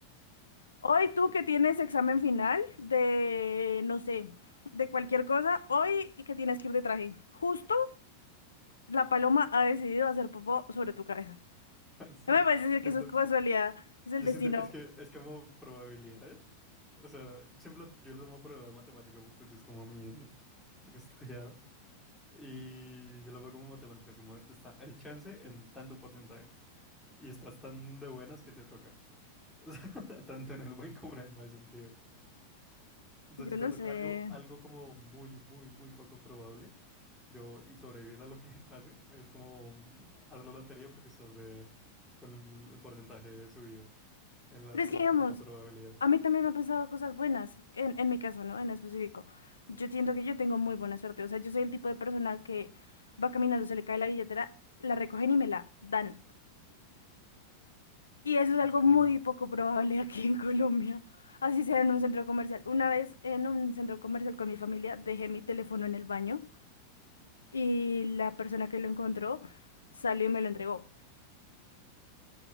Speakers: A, on the left; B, in the centre.
A: Hoy tú
B: <laughs>
A: que tienes examen final de, no sé, de cualquier cosa, hoy que tienes que ir de traje. Justo la paloma ha decidido hacer popó sobre tu cabeza.
B: sí,
A: No me puedes decir
B: siento,
A: que eso es casualidad, es el
B: Yo
A: destino.
B: siento, es que es como probabilidades. O sea, siempre lo- yo lo tomo por el lado matemático porque eso es como mi lo que he estudiado. Y yo lo veo como matemáticas, como está el chance en tanto porcentaje. Y estás tan de buenas que te toca. <laughs> O sea, tanto en el buen como en el mal sentido. Entonces,
A: Yo
B: si
A: no
B: te toca
A: sé.
B: algo, algo como muy, muy, muy poco probable, yo, y sobrevives a lo que <laughs> pase, es como mm, haz la lotería porque estás de con el el porcentaje subido en las
A: Pero
B: cosas
A: es que digamos,
B: de poca probabilidad.
A: A mí también me han pasado cosas buenas, en, en mi caso, ¿no? En específico. Yo siento que yo tengo muy buena suerte. O sea, yo soy el tipo de persona que va caminando, se le cae la billetera, la recogen y me la dan. Y eso es algo
B: Okay,
A: muy poco probable aquí en Colombia. Así sea en un centro comercial. Una vez en un centro comercial con mi familia dejé mi teléfono en el baño y la persona que lo encontró salió y me lo entregó.